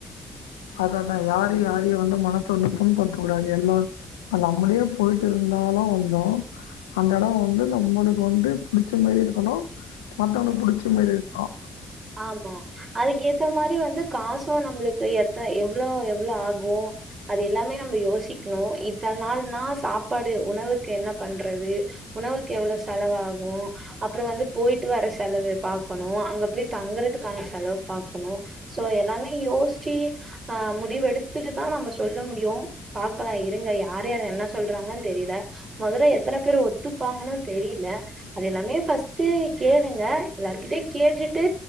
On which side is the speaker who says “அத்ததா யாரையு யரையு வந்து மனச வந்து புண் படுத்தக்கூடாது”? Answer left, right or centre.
Left